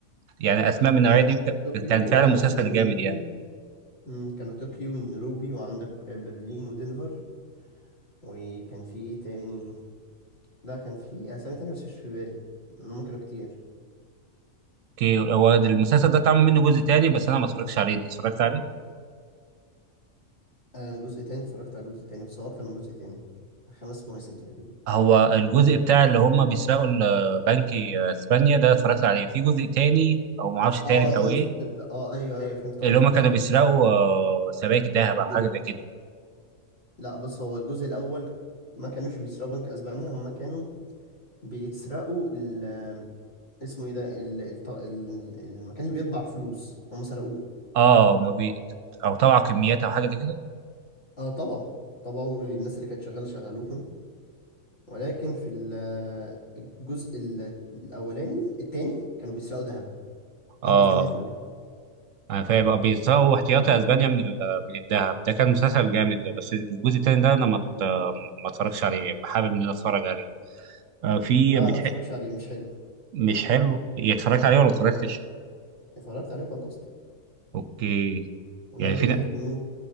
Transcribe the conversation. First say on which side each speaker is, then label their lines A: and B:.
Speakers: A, on the right; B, on the left.
A: يعني اسماء من النوعيه
B: عندك
A: دي ك-
B: طوكيو
A: كان
B: وعندك
A: فعلا مسلسل
B: نيروبي
A: جامد يعني
B: مم، كانوا طوكيو ونيروبي وعندك برلين ودنفر وكان في ايه تاني لا كان في اسامي تانية بس مش في بالي إن هما كانوا كتير
A: اوكي هو المسلسل ده اتعمل منه جزء تاني بس انا ما اتفرجتش عليه انت اتفرجت عليه
B: آه جزء تاني اتفرجت على جزء تاني بس هو اكتر من جزء تاني خمس مواسم تقريبا
A: هو الجزء بتاع اللي هم بيسرقوا ال- بنك اسبانيا ده اتفرجت عليه في جزء تاني او ما اعرفش تالت
B: اه انت
A: او
B: تقصد
A: ايه
B: ال... اه ايوه ايوه فهمت
A: اللي
B: قصدك
A: هم كانوا بيسرقوا آه، سبائك ذهب او حاجه
B: بي...
A: زي كده
B: لا بص هو الجزء الاول ما كانوش بيسرقوا بنك اسبانيا هما كانوا بيسرقوا ال... اسمه ايه ده ال... الط- ال... المكان اللي بيطبع فلوس هما سرقوه
A: اه ما بي... او طبعا كميات او حاجه زي كده
B: اه طبعا طبعا الناس اللي كانت شغاله شغلوهم ولكن في ال- آه، الجزء ال- الاولاني التاني كانوا بيسرقوا ذهب ذهب
A: اه
B: اسبانيا كله
A: انا فاهم بقى بيسرقوا احتياطي اسبانيا من ال... من الذهب ده كان مسلسل جامد ده بس الجزء التاني ده انا ما ات- ما اتفرجش عليه حابب ان انا اتفرج عليه آه، في
B: لا
A: بتح...
B: انا ما اتفرجش عليه مش حلو
A: مش حلو يعني اتفرجت عليه ولا ما اتفرجتش
B: مم. اتفرجت عليه وخلصت
A: اوكي
B: ونيروبي
A: يعني في ن-
B: هتموت